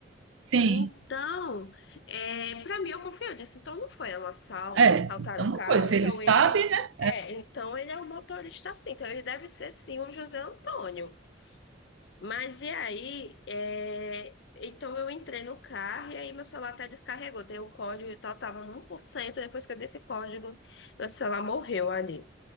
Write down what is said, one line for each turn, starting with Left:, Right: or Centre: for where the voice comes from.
Right: Sim,
Left: Então, é, para mim eu confio. Eu disse, então não foi um assalto,
Right: é.
Left: não assaltaram
Right: Então
Left: o
Right: não
Left: carro.
Right: foi. Se
Left: Então
Right: ele sabe,
Left: ele
Right: né?
Left: é, então ele é um motorista sim. Então ele deve ser sim o José Antônio. Mas e aí, é, então eu entrei no carro e aí meu celular até descarregou. Dei o código e tal, tava no um por cento. Depois que eu dei esse código, meu celular morreu ali.